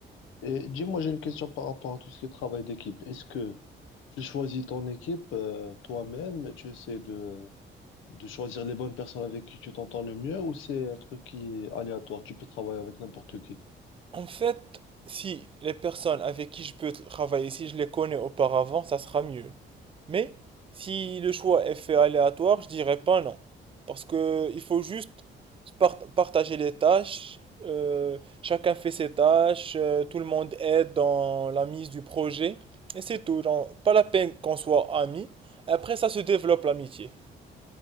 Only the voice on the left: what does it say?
Et dis-moi, j'ai une question par rapport à tout ce qui est travail d'équipe. Est-ce que tu choisis ton équipe euh, toi-même et tu essaies de, de choisir les bonnes personnes avec qui tu t'entends le mieux ou c'est un truc qui est aléatoire? Tu peux travailler avec n'importe qui.